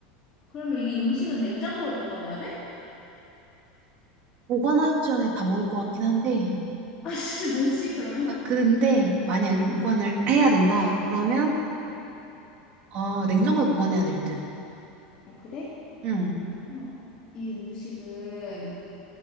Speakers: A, on the left; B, on the right.
A: 그러면 이 음식은 냉장고에 보관해야 돼? <laughs>
B: 보관하기 전에 다 먹을 것 같긴 한데.
A: 아씨, 뭐지, 그러면?
B: 아, 근데 만약에 보관을
A: 응.
B: 해야 된다. 그러면, 어, 냉장고에 보관해야 될 듯.
A: 아, 그래?
B: 응.
A: 그러면 이 음식은,